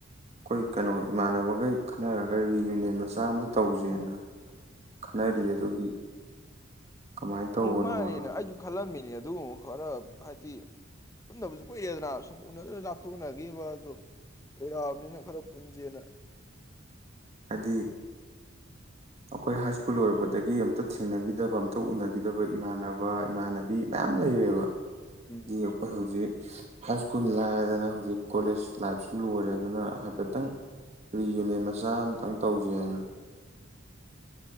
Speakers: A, on the right (about 30°); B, on the left (about 15°).
A: ꯑꯈꯣꯏ ꯀꯩꯅꯣ ꯏꯃꯥꯟꯅꯕꯈꯩ ꯈꯟꯅꯔꯒ ꯔꯤꯌꯨꯅꯤꯌꯟ ꯃꯆꯥ ꯑꯃꯝꯇ ꯇꯧꯁꯦꯅ ꯈꯟꯅꯔꯤꯌꯦ ꯑꯗꯨꯒꯤ ꯀꯃꯥꯏꯅ ꯇꯧꯕꯅꯣꯅ
B: ꯃꯅꯦꯅ ꯑꯩꯁꯨ ꯈꯜꯂꯝꯃꯤ ꯑꯗꯨꯒꯨꯝ ꯈꯔ ꯍꯥꯏꯗꯤ ꯄꯨꯟꯗꯕꯁꯨ ꯀꯨꯏꯔꯦꯗꯅ ꯁꯨꯝ ꯎꯅꯗꯅ ꯂꯥꯞꯊꯣꯛꯅꯈꯤꯕꯗꯣ ꯀꯨꯏꯔꯛꯑꯕꯥꯅꯤꯅ ꯈꯔ ꯄꯨꯟꯁꯦꯅ
A: ꯍꯥꯏꯗꯤ ꯑꯈꯣꯏ ꯍꯥꯏ ꯁ꯭ꯀꯨꯜ ꯂꯣꯏꯔꯛꯄꯗꯒꯤ ꯑꯝꯇ ꯊꯦꯡꯅꯈꯤꯗꯕ ꯑꯝꯇ ꯎꯅꯈꯤ ꯈꯤꯗꯕ ꯏꯃꯥꯟꯅꯕ ꯏꯃꯥꯟꯅꯕꯤ ꯃꯌꯥꯝ ꯂꯩꯔꯦꯕ
B: ꯎꯝ
A: ꯑꯈꯣꯏ ꯍꯧꯖꯤꯛ ꯍꯥꯏ ꯁ꯭ꯀꯨꯜ ꯂꯥꯏꯔꯗꯥꯅꯥ ꯍꯧꯖꯤꯛ ꯀꯣꯂꯦꯖ ꯂꯥꯏꯄꯁꯨ ꯂꯣꯏꯔꯦ ꯑꯗꯨꯅ ꯍꯥꯏꯐꯦꯠꯇꯪ ꯔꯤꯌꯨꯅꯤꯌꯟ ꯃꯆꯥ ꯇꯪ ꯇꯧꯖꯦꯅ